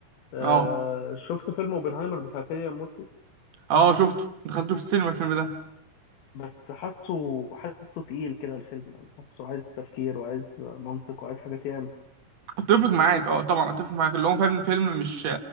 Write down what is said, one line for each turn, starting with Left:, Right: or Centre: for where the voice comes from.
Left: آه
Right: اه
Left: شفت فيلم اوبنهايمر بتاع كيليان مورفي
Right: اه شفته دخلته في السينما الفيلم ده
Left: بس حاسه حاسه تقيل كده الفيلم يعني حاسه عايز تفكير وعايز منطق وعايز حاجات ياما
Right: اتفق معاك اه طبعا اتفق معاك اللي هو فعلا فيلم مش